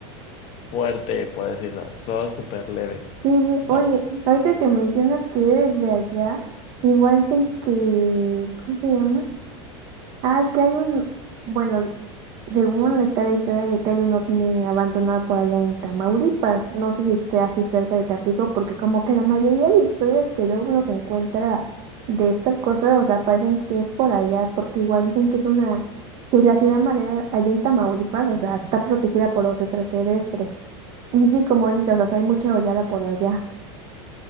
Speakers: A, on the left (about 45°); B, on the right (about 45°).
A: fuerte, por decirlo, solo súper leve,
B: sí, sí.
A: la
B: Oye,
A: verdad.
B: ahorita que mencionas que eres de allá, igual dicen que, ¿cómo se llama? Ah, que hay un, bueno, Según está la historia de que hay un ovni abandonado por allá en Tamaulipas, no sé si sea así cerca de Tampico, porque como que la mayoría de historias que luego uno se encuentra de estas cosas, o sea, parecen que es por allá, porque igual dicen que es una, que la ciudad madera allá en Tamaulipas, o sea, está protegida por los extraterrestres. Y sí, como dices, o sea, hay mucha oleada por allá. <laughs>